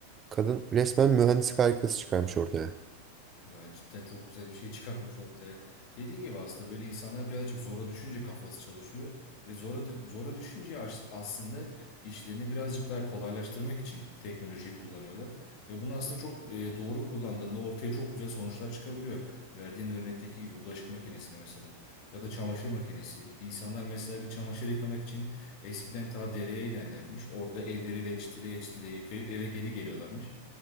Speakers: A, on the right; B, on the left.
A: Kadın resmen mühendislik harikası çıkarmış ortaya.
B: Ya cidden çok güzel bir şey çıkartmış ortaya. Dediğin gibi aslında böyle insanlar birazcık zora düşünce kafası çalışıyor ve zora zora düşünce as- aslında işlerini birazcık daha kolaylaştırmak için teknolojiyi kullanıyorlar ve bunu aslında çok e, doğru kullandığında ortaya çok güzel sonuçlar çıkabiliyor. Verdiğin örnekteki gibi bulaşık makinesine mesela ya da çamaşır makinesi. İnsanlar mesela bir çamaşır yıkamak için eskiden ta dereye inerlermiş. Orada elleriyle çitileye çitileye yıkayıp eve geri geliyorlarmış.